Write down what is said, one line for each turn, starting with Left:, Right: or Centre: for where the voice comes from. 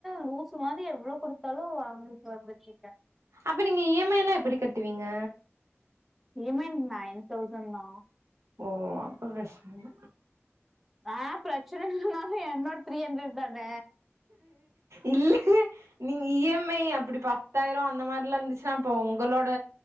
Centre: லூசு மாரி எவ்ளோ குடுத்தாலு வாங்கிட்டு வந்துட்ருக்கே
Right: அப்ப நீங்க இ எம் ஐ லா எப்டி கட்டுவீங்க
Centre: E M I nine thousand தா
Right: ஓ அப்ப ப்ரச்சனை இல்ல
Centre: அ பிரச்சனை இல்லனாலு என்னோட த்ரீ அண்ரெட் தான
Right: இல்ல நீங்க இ எம் ஐ அப்டி பத்தாயிர அந்த மாரிலா இருந்துச்சுன்னா அப்ப உங்களோட